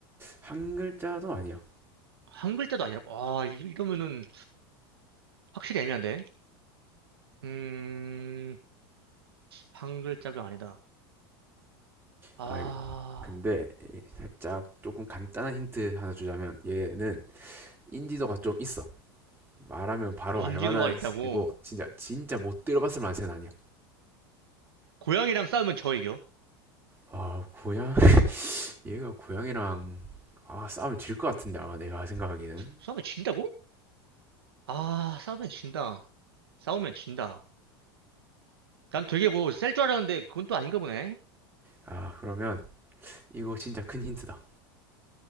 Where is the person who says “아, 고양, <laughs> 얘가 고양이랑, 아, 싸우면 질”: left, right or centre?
Right